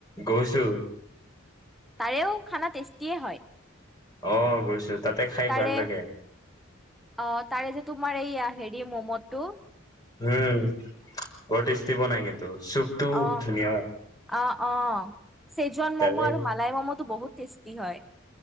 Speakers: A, on the left; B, in the centre.
A: গৈছো
B: তাৰেও খানা টেষ্টি। তিয়ে হয়।
A: অ' গৈছো তাতে খাই
B: তাৰে
A: ভাল লাগে।
B: অ তাৰে যে তোমাৰ এইয়া হেৰি ম'ম'টো।
A: উম। বৰ টেস্টি বনাই কিন্তু। চুপটো
B: অ',
A: ধুনীয়া
B: অ'অ'চেজন
A: তাৰে
B: ম'ম' আৰু মালাই ম'মটো বহুত। টেষ্টি হয়।